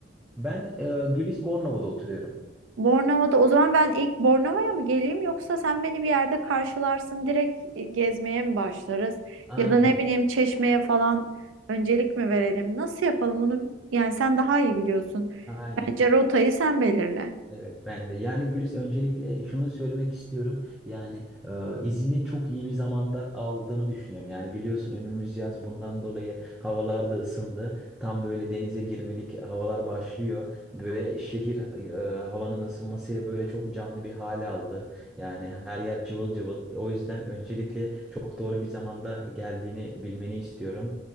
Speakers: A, in the centre; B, on the right.
A: Ben e, Gülis Bornova'da oturuyorum.
B: Bornova'da. O zaman ben ilk Bornova'ya mı geleyim yoksa sen beni bir yerde karşılarsın direkt e, gezmeye mi başlarız?
A: Aynen.
B: Ya da ne bileyim Çeşme'ye falan öncelik mi verelim? Nasıl yapalım onu? Yani sen daha iyi biliyorsun.
A: Aynen.
B: Bence rotayı sen belirle.
A: Evet bence de. Yani Gülis öncelikle şunu söylemek istiyorum. Yani e, izini çok iyi bir zamanda aldığını düşünüyorum. Yani biliyorsun önümüz yaz bundan dolayı havalar da ısındı. Tam böyle denize girmelik havalar başlıyor ve şehir e, havanın ısınmasıyla böyle çok canlı bir hale aldı. Yani her yer cıvıl cıvıl. O yüzden öncelikle çok doğru bir zamanda geldiğini bilmeni istiyorum.